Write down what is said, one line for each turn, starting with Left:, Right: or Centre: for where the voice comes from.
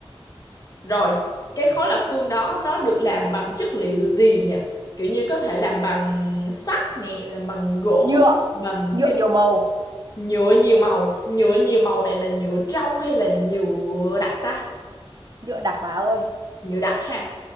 Left: rồi cái khối lập phương đó nó được làm bằng chất liệu gì nhỉ kiểu như có thể làm bằng sắt nè làm bằng gỗ
Right: Nhựa,
Left: bằng
Right: nhựa
Left: kính
Right: nhiều màu,
Left: nhựa nhiều màu nhựa nhiều màu này là nhựa trong hay là nhựa đặc ta
Right: nhựa đặc bà ơi.
Left: nhựa đặc ha